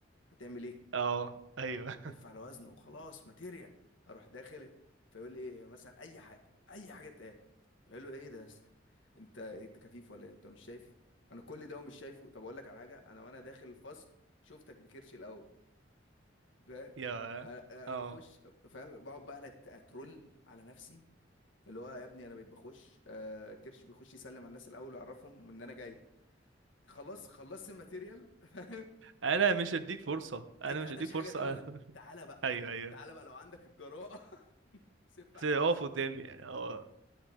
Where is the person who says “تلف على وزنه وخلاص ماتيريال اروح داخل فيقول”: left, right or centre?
Left